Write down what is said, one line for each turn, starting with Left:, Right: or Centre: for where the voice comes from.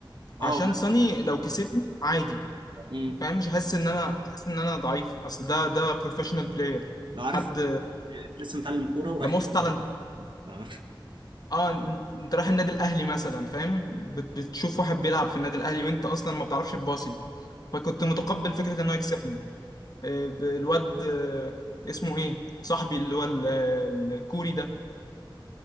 Right: اه
Left: عشان
Right: لا
Left: صني لو كسبني عادي
Right: مم.
Left: فاهم مش حاسس ان انا حاسس ان انا ضعيف اصل ده ده بروفيشنال بلاير
Right: لو عارف
Left: حد
Right: لسه متعلم كوره ورايح
Left: ده موست
Right: تقابل
Left: تالنت
Right: ميسي. لا، لا.
Left: اه انت أنت رايح النادي الاهلي مثلا فاهم بت- بتشوف واحد بيلعب في النادي الاهلي وانت اصلا ما بتعرفش تباصي فكنت متقبل فكره انه يكسبني آه، ب- الواد آه، اسمه ايه صاحبي اللي هو ال- الكوري ده